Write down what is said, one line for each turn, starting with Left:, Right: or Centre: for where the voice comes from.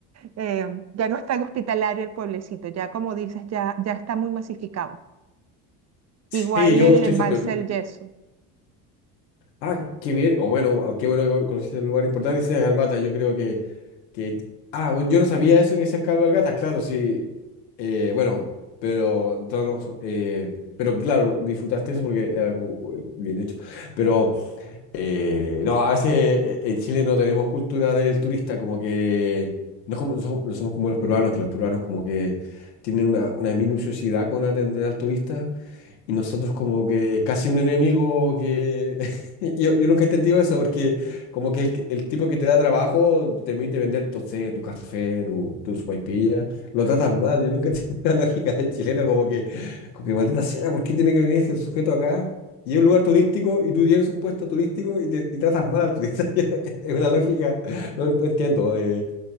Right: eh, ya no es tan hospitalario el pueblecito, ya como dices, ya, ya está muy masificado.
Left: Sí,
Right: Igual
Left: yo
Right: el
Left: estoy
Right: embalse
Left: sorprendido.
Right: del Yeso.
Left: Ah, qué bien. O bueno, ah, qué bueno que conociste el lugar importante. Hicieron Calvata, yo creo que, que... Ah, bueno, yo no sabía eso que sean cabalgatas, claro, sí. Eh, bueno, pero todos los, eh, Pero claro, disfrutaste eso porque era algo eh, bien hecho. Pero... Eh, no, a veces eh, en Chile no tenemos cultura del turista, como que no, es como- no somos no somos como los peruanos, que los peruanos como que tienen una, una minuciosidad con atender al turista. Y nosotros como que casi un enemigo que... <laughs> Yo, yo nunca he entendido eso porque como que el, que- el tipo que te da trabajo te permite vender tu, sé, tu café, tu, tu sopaipilla, lo tratas mal. Yo nunca he entendido <laughs> la lógica del chileno como que, como que maldita sea, ¿por qué tiene que venir este sujeto acá? Y es un lugar turístico y tú tienes un puesto turístico y, te- y tratas mal al turista. <laughs> Es una lógica, no, ent- no entiendo. eh,